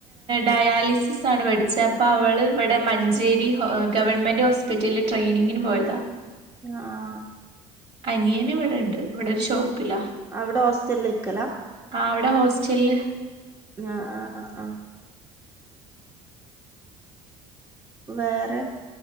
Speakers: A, on the right (about 50°); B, on the right (about 20°).
A: ഡയാലിസിസ് ആണ് പഠിച്ച അപ്പൊ അവള് ഇവിടെ മഞ്ചേരി ഗവൺമെന്റ് ഹോസ്പിറ്റലിൽ ട്രെയിനിങ്ങിന് പോയതാ
B: ആഹ
A: അനിയന് ഇവിടെ ഉണ്ട് ഇവിടെ ഒരു ഷോപ്പിലാ
B: അവിടെ ഹോസ്റ്റലിൽ ഇക്കല
A: ആ അവിടെ ഹോസ്റ്റലില്
B: ആ ആഹ് ആഹ് ആ വേറെ